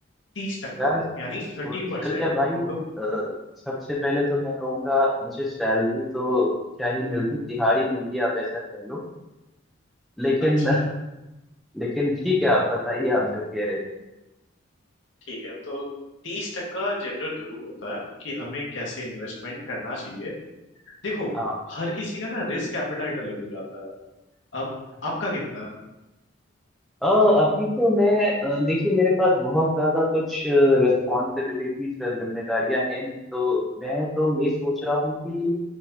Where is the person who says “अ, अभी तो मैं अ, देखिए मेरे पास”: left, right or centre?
Centre